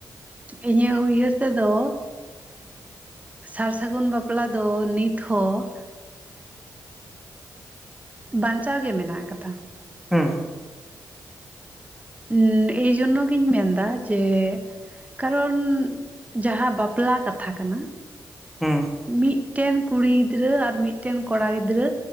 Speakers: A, on the right (about 20°); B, in the centre.
A: ᱤᱧᱟᱹᱜ, ᱩᱭᱦᱟᱹᱨ ᱛᱮ ᱫᱚ ᱥᱟᱨ ᱥᱟᱹᱜᱩᱱ ᱵᱟᱯᱞᱟ ᱫᱚ, ᱱᱤᱛ ᱦᱚᱸ ᱵᱟᱸᱧᱪᱟᱣ ᱜᱮ, ᱢᱮᱱᱟᱜ ᱟᱠᱟᱫᱟ ᱾
B: ᱦᱩᱸ ᱾
A: ᱩᱸᱻ, ᱮᱭ ᱡᱳᱱᱱᱚ ᱜᱤᱧ ᱢᱮᱱ ᱮᱫᱟ, ᱡᱮ ᱠᱟᱨᱚᱱ, ᱡᱟᱦᱟᱸ, ᱵᱟᱯᱞᱟ ᱠᱟᱛᱷᱟ ᱠᱟᱱᱟ,
B: ᱦᱩᱸᱻ ᱾
A: ᱢᱤᱫᱴᱮᱱ ᱠᱩᱲᱤ ᱜᱤᱫᱽᱨᱟᱹ, ᱟᱨ ᱢᱤᱫᱴᱮᱱ ᱠᱚᱲᱟ ᱜᱤᱫᱽᱨᱟᱹ,